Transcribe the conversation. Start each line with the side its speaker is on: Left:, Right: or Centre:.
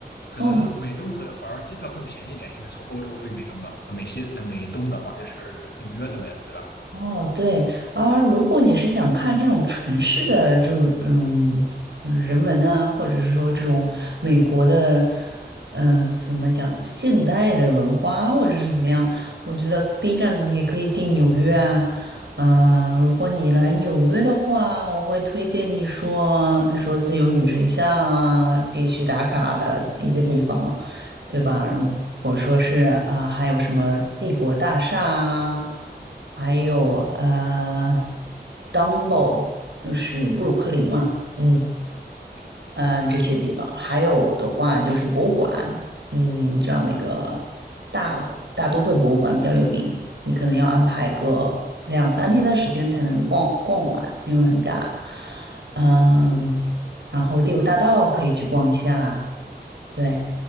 Left: 可能美东可反而机票更便宜一点，
Right: <laughs> 哦，
Left: 因为从欧洲飞美东的，呃美西呃美东的话就是纽约那边，对吧？
Right: 哦，对啊，如果你是想看这种城市的这种嗯人文啊，或者是说这种美国的嗯怎么讲现代的文化，或者是怎么样，我觉得第一站也可以定纽约啊。嗯、如果你来纽约的话，我会推荐你说，比如说自由女神像啊，必须打卡的一个地方，对吧？如果说是啊、还有什么帝国大厦啊。还有呃 d u m b o 就是布鲁克林嘛，嗯呃这些地方，还有的话就是博物馆，嗯，你知道那个大大都会博物馆比较有名，你可能要安排个两三天的时间才能逛逛完，因为很大，嗯，然后第五大道可以去逛一下，对，